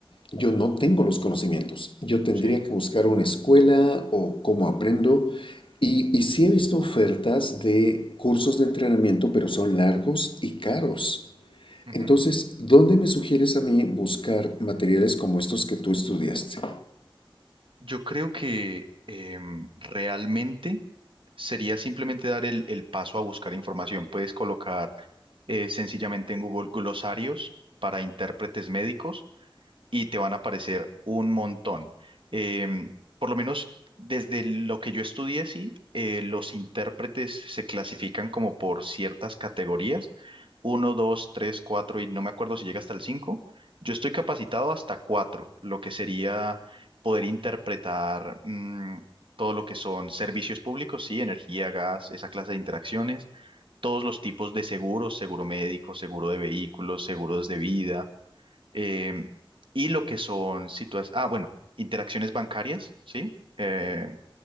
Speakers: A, on the left (about 65°); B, on the right (about 65°).
A: yo no tengo los conocimientos, yo tendría
B: sí.
A: que buscar una escuela o cómo aprendo, y, y sí he visto ofertas de cursos de entrenamiento, pero son largos y caros.
B: Ujú.
A: Entonces, ¿dónde me sugieres a mí buscar materiales como estos que tú estudiaste?
B: Yo creo que em, realmente sería simplemente dar el, el paso a buscar información. Puedes colocar eh, sencillamente en Google glosarios para intérpretes médicos. y te van a aparecer un montón. Em, por lo menos desde lo que yo estudié, sí, eh, los intérpretes se clasifican como por ciertas categorías, uno dos tres cuatro y no me acuerdo si llega hasta el cinco Yo estoy capacitado hasta cuatro lo que sería poder interpretar mm, todo lo que son servicios públicos, sí, energía, gas, esa clase de interacciones todos los tipos de seguros, seguro médico, seguro de vehículos, seguros de vida, eh, y lo que son situaciones, ah, bueno, interacciones bancarias, ¿sí? Eh,